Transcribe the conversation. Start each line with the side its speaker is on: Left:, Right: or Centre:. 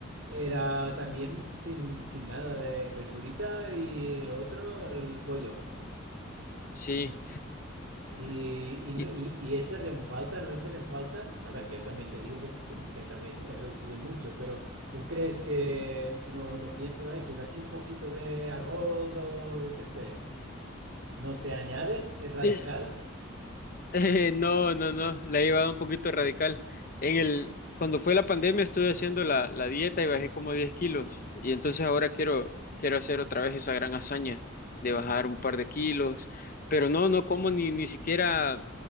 Right: era también sin, sin nada de verdurita y lo otro, el pollo.
Left: sí.
Right: Eh, y, y, no-
Left: Y
Right: y- y echas en falta, no echas en falta. A ver, que yo también te digo que, que también he reducido mucho, pero ¿tú crees que no, no piensas, ay, pues aquí un poquito de arroz o yo qué sé? ¿No te añades? ¿Es radical?
Left: eh, <laughs> Eh, no, no, no, la he llevado un poquito radical. En el, cuando fue la pandemia estuve haciendo la, la dieta y bajé como 10 kilos y entonces ahora quiero, quiero hacer otra vez esa gran hazaña de bajar un par de kilos, pero no, no como ni, ni siquiera